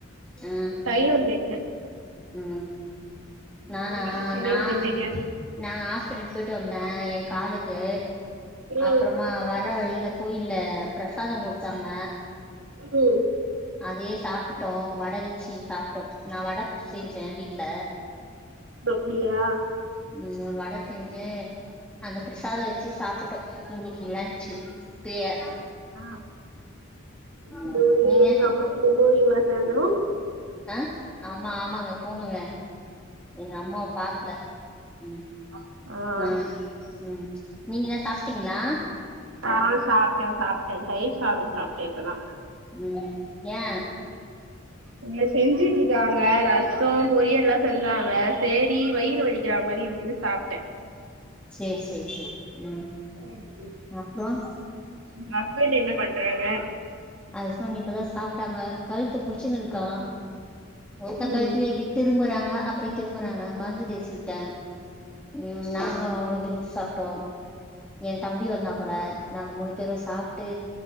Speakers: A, in the centre; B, on the right.
A: ம்
B: தைலோ தேச்ச
A: ம் நானா
B: நீங்க என்ன சமையல்
A: நா
B: செஞ்சீங்க
A: நா ஆஸ்பிட்டல் போய்ட்டு வந்த எ காலுக்கு
B: ம்
A: அப்றமா வா வர வழில கோயில்ல ப்ரசாதோ குடுத்தாங்க
B: ம்
A: அதே சாப்டுட்டோ வட வெச்சி சாப்ட்டோ நா வட செஞ்சே வீட்ல
B: மப்டியா
A: ம் வட செஞ்ச அந்த ப்ரசாத வச்சு சாப்டுட்டோ இன்னக்கி லன்சு கிளியர்
B: ஆ இருக்கு
A: ம்
B: போது
A: நீங்க
B: இருந்தாங்கனு <inaudible> சாந்தரோ
A: அ ஆமா ஆமாங்க போணுங்க எங்க அம்மா பாக்ல ம்
B: ஆ
A: அ ம் நீங்க என சாப்டீங்ளா
B: நா சாப்ட்டே சாப்ட்டே தயிர் சாதொ சாப்ட்டே இப்பதா
A: ம் யா
B: இல்ல செஞ்சுட்ருக்காங்க ரசோ பொரியல்லா செஞ்சாங்க சேரி வயிறு வலிக்ற மாரி இருக்குனு சாப்ட
A: சேரி சேரி சேரி ம்
B: ம்
A: அப்றோ
B: உங்க ஹஸ்பண்ட் என்ன பண்றாங்க
A: ஹஸ்பண்ட் இப்பதா சாப்டாங்க கழுத்து புடிச்சுன்னு இருக்கா ஒத்த
B: ம்
A: கழுத்துலயே இப்டி திரும்புறாங்க அப்டி திரும்புறாங்க மருந்து தேச்சி விட்ட ம் நாங்களு அவுங்களு திரும்பி சாப் டோ என் தம்பி வந்தாப்பல நாங்க மூணு பேரு சாப்ட்டு